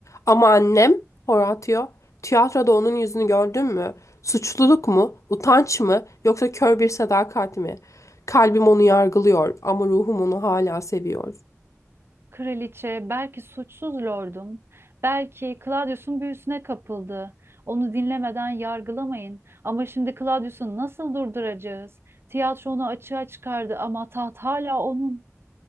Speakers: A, on the left; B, on the right.
A: Ama annem, Horatio, tiyatroda onun yüzünü gördün mü? Suçluluk mu? Utanç mı? Yoksa kör bir sadakat mi? Kalbim onu yargılıyor ama ruhum onu hala seviyor.
B: Kraliçe, belki suçsuz lordum, belki Claudius'un büyüsüne kapıldı. Onu dinlemeden yargılamayın. Ama şimdi Claudius'u nasıl durduracağız? Tiyatro onu açığa çıkardı ama taht hala onun.